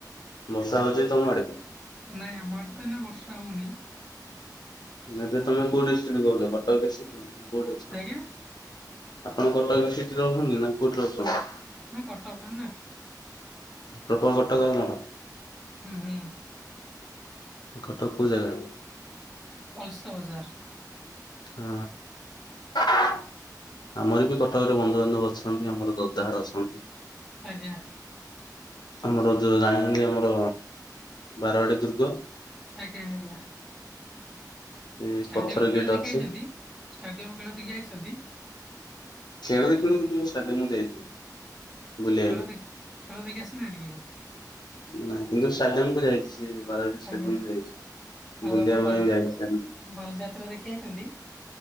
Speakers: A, on the left (about 75°); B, in the centre.
A: ବର୍ଷା ହଉଛି ତମ ଆଡେ?
B: ନାଇଁ ଆମ ଆଡେ ତ ଏଇନା ବର୍ଷା ହଉନି।
A: ଏବେ ତମେ କୋଉ ଡିଷ୍ଟିକରୁ କହୁଛ କଟକ ଡିଷ୍ଟିକ ନା କୋଉଠି ଅଛନ୍ତି?
B: ଆଜ୍ଞା
A: ଆପଣ କଟକର ସିଟିରେ ରହୁଛନ୍ତି ନା କୋଉଠି ରହୁଛନ୍ତି?
B: ନା କଟକରେ ନା।
A: ପ୍ରପର କଟକର ଆପଣ?
B: ହୁଁ ହୁଁ।
A: କଟକ କୋଉ ଜାଗା?
B: ଅଲସା ବଜାର।
A: ହଁ ଆମର ବି କଟକରେ ବନ୍ଧୁବାନ୍ଧବ ଅଛନ୍ତି ଆମର। ଦଦା ଘର ଅଛନ୍ତି।
B: ଆଜ୍ଞା।
A: ଆମର ଯୋଉ ଜାଣିଛନ୍ତି ଆମର ବାରବାଟି ଦୁର୍ଗ
B: ଆଜ୍ଞା ଆଜ୍ଞା।
A: ସେ
B: ଷ୍ଟାଡିୟମ
A: ପଥର
B: ଖେଳ
A: ଗେଟ୍
B: ଦେଖି
A: ଅଛି।
B: ଯାଇଛନ୍ତି ଷ୍ଟାଡିୟମ ଖେଳ ଦେଖି ଆସିଛନ୍ତି?
A: ଖେଳ ଦେଖିନି କିନ୍ତୁ ଷ୍ଟଡିୟମ୍ ମୁଁ ଯାଇଛି। ବୁଲିବାକୁ।
B: ଖେଳ ଦେ ଖେଳ ଦେଖି ଆସିନାହାନ୍ତି କେବେ?
A: ନାଇଁ କିନ୍ତୁ ଷ୍ଟାଡିୟମକୁ ଯାଇଛି ବାରବାଟି ଷ୍ଟାଡିୟମ
B: ଆଜ୍ଞା
A: ଯାଇଛି
B: ଆଉ
A: ବୁଲିବା
B: ଆମର ବାଲି
A: ପାଇଁ ଯାଇଛି।
B: ବାଲିଯାତ୍ରା ଦେଖି ଆସିଛନ୍ତି?